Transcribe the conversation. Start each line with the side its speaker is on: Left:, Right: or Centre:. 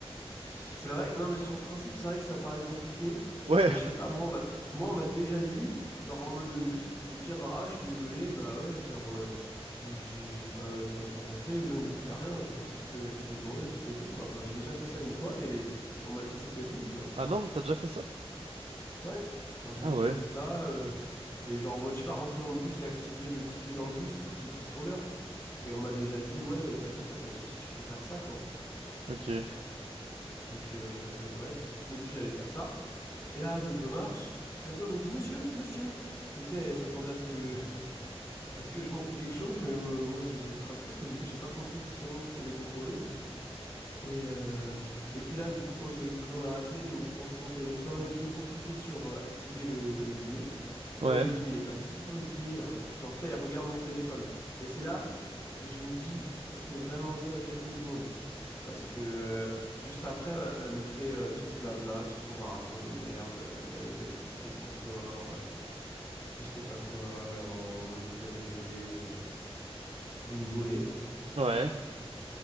Left: C'est vrai, non, mais sur le principe, c'est vrai que ça paraît compliqué,
Right: <laughs>
Left: mais
Right: Ouais.
Left: je sais pas, moi, on m'a moi, on m'a déjà dit, genre en mode euh, juste, tu peux dire, ah, je suis désolé, bah ouais, genre, euh, j'ai j'ai pas, enfin, j'ai pas pensé, ou même j'en sais rien, genre juste euh, activer devant eux et c'était bon, quoi. Enfin, j'ai déjà fait ça une fois et on m'a dit que c'était bon, tu vois.
Right: Ah non, t'as déjà fait ça?
Left: Ouais, genre j'ai
Right: Ah
Left: déjà
Right: ouais.
Left: fait ça, euh, et genre en mode, je sais pas, rentrer dans le bus et activer le ticket dans le bus sans qu'il y ait de contrôleur. Et on m'a déjà dit, ouais, euh, t'inquiète, y a pas de souci, tu peux faire ça, quoi.
Right: Ok.
Left: Donc, euh, euh, bref, du coup, je me dis que j'allais faire ça. Et là, donc, je marche. La go, elle me dit, monsieur, monsieur. Parce que, tu sais, elle s'attendait à ce que, <laughs> à ce que je montre quelque chose, mais euh, moi, j'ai j'ai tracé, parce qu'au début, j'ai pas compris forcément que c'était des contrôleuses. Et, euh, et puis là, du coup, quand j'ai, quand on m'a appelé, donc je lance mon téléphone, je vais pour cliquer sur euh, activer le, le billet. Puis
Right: Ouais.
Left: là, elle me dit, mais il est pas activé votre billet là. Genre, tu sais, elle regarde mon téléphone. Et c'est là que je me dis, ça s'est vraiment joué à quelques secondes. Parce que euh, juste après, elle, elle me fait euh, tout le blabla, tout son baratin de merde. Euh, ouais, vous avez pas de titre de transport, euh, je sais pas quoi, en mode vous avez volé, euh, vous nous volez.
Right: Ouais.